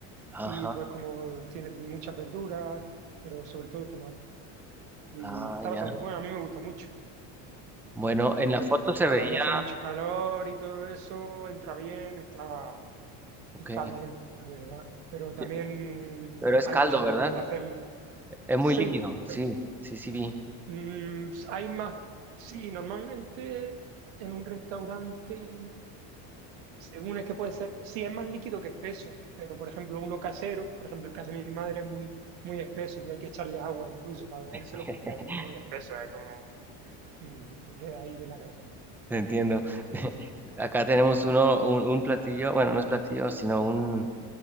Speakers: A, in the centre; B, on the right (about 85°).
A: ajá,
B: y pues como tiene muchas verduras, pero sobre todo tomate. Y
A: ah,
B: está bastante
A: ya.
B: bueno, a mí me gusta mucho.
A: Bueno, en
B: que
A: la foto se
B: cuando
A: veía,
B: hace mucho calor y todo eso, entra bien, está,
A: ok,
B: está bien, la verdad. Pero también
A: ya, pero es
B: hay
A: caldo,
B: muchos
A: ¿verdad?
B: tipos de hacerlo.
A: Es
B: Sí,
A: muy líquido, sí,
B: eh,
A: sí, sí vi.
B: mm, hay más. Sí, normalmente en un restaurante, según es que puede ser, sí es más líquido que espeso, pero por ejemplo uno casero, por ejemplo el que hace mi madre es muy, muy espeso y hay que echarle agua incluso para bebérselo
A: <laughs>
B: porque es muy espeso, es como mm, se queda ahí en la garganta.
A: Te entiendo.
B: Y
A: <laughs>
B: dice,
A: Acá tenemos uno, un, un platillo, bueno, no es platillo, sino un